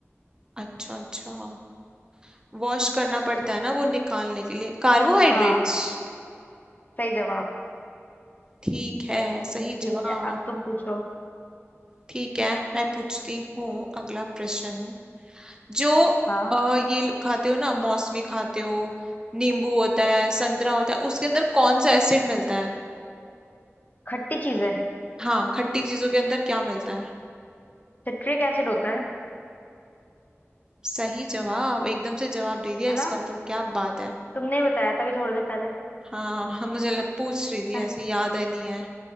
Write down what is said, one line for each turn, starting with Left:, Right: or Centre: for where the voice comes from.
Right: अच्छा अच्छा हाँ। वॉश करना पड़ता है ना वो निकालने के लिए कार्बोहाइड्रेट्स
Left: हाँ सही जवाब
Right: ठीक है सही
Left: ठीक
Right: जवाब
Left: है अब तुम पूछो
Right: ठीक है मैं पूछती हूँ अगला प्रश्न जो
Left: हाँ
Right: अ, ये लो- खाते हो ना मौसमी खाते हो नींबू होता है संतरा होता है उसके अंदर कौन सा एसिड मिलता है
Left: खट्टी चीज है
Right: हाँ खट्टी चीजों के अंदर क्या मिलता है
Left: सिट्रिक एसिड होता है
Right: सही जवाब एकदम से जवाब दे दिया
Left: है ना
Right: इसका तो क्या बात है
Left: तुमने ही बताया था अभी थोड़ी देर पहले
Right: हाँ <laughs> हाँ, मुझे लग, पूछ रही थी
Left: <laughs>
Right: ऐसे याद है नहीं है